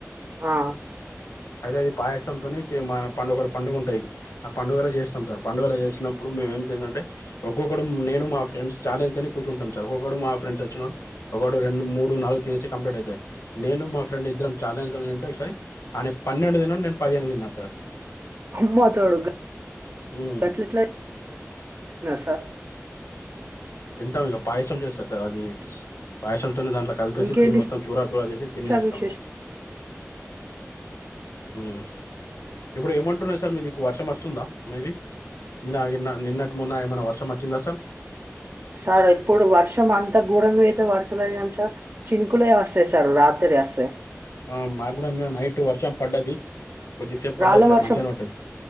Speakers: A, on the right; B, on the left.
A: ఆ
B: అయితే అది పాయసంతోని చే మా పండు ఒకట్ పంగుంటయి అ పండుగలె చేస్తాం సార్ పండుగలు చేసిన ఇప్పుడు మేం ఏం చేదంటే ఒక్కొక్కడు నేను మా ఫ్రెండ్స్ ఛాలెంజ్తోనీ కూర్చుంటాం సార్ ఒక్కొక్కడు మా ఫ్రెండ్ సచ్చినోడు ఒకటి, రెండు, మూడు, నాలుగు తినేసి కంప్లీట్ అయితయి నేను మా ఫ్రెండ్ ఇద్దరం చాలెంజ్ ఏంటే ఒకసారి అన్నే పన్నెడు తిన్నడు నేను పదిహేను తిన్న సార్
A: అమ్మా తోడు
B: హ్మ్
A: గట్లెట్ల సార్
B: తింటంగ పాయసం చేస్తరు సార్ అది పాయసం తోని దాంట్ల కలిపేసి
A: ఇంకేంటి
B: దిన్ని మొత్తం చూరా చూరా చేసి తినేస్తాం
A: సార్ విశేషం
B: మేం మ్ ఇప్పుడు ఏమంటున్నయి సార్ మీదిక్కు వర్షం వస్తుందా మేబి నిన్నా గిన్న నిన్నక్ మొన్న ఏమైన వర్షం వచ్చిందా సార్
A: సార్ ఎప్పుడు వర్షం అంత గోరంగా అయితే పడతలేదు గని సార్ చినుకులే వస్తయి సార్ రాత్రి ఎస్
B: ఆ మాక్ గుడా నిన్న నైట్ వర్షం పడ్డది కొద్దిసేప్
A: రాళ్ళ
B: పడ్డది సార్
A: వర్షం
B: మంచిగనే పడ్డది.